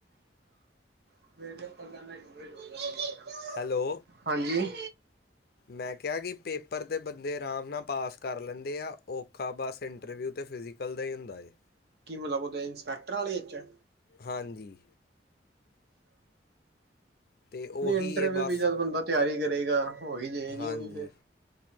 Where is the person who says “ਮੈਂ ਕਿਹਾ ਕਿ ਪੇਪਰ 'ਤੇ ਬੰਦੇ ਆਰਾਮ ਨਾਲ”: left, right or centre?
Left